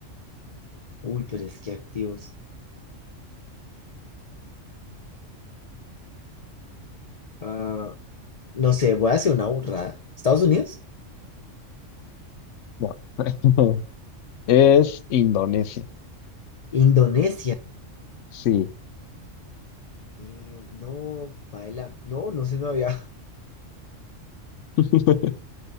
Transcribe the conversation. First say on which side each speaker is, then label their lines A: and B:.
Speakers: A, on the left (about 55°); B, on the left (about 70°).
A: uy, pero es que activos. Ah, no sé, voy a hacer una burrada. ¿Estados Unidos?
B: No. <laughs> Es Indonesia.
A: Indonesia.
B: Sí.
A: Sí, no, paila. No, no se me había.
B: <laughs>